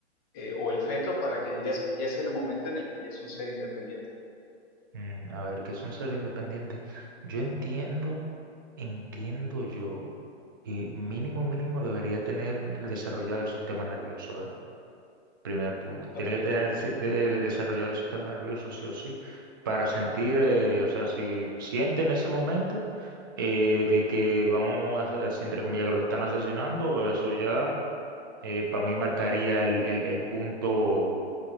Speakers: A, on the left; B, on the right.
A: eh, o el feto para que dirías que ya es el momento en el que ya es un ser independiente?
B: Mm, a ver, ¿qué es un ser independiente? Yo entiendo, entiendo yo que mínimo, mínimo debería tener desarrollado el sistema nervioso, ¿eh? Primer punto. Tiene
A: Ok,
B: que tener si- de- de- desarrollado el sistema nervioso sí o sí para sentir, eh, o sea, si siente en ese momento eh, de que vamos, a, si entre comillas que lo están asesinando, eso ya eh, para mí marcaría el, el- el punto,